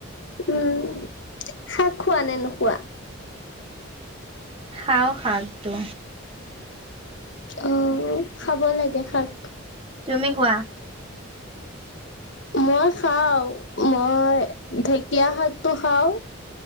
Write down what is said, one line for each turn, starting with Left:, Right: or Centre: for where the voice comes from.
Left: উম, শাক খোৱা নে নোখোৱা?
Right: খাওঁ শাকটো।
Left: অ', খাব লাগে শাক।
Right: তুমি খোৱা।
Left: মই খাওঁ, মই ঢেঁকীয়া শাকটো খাওঁ।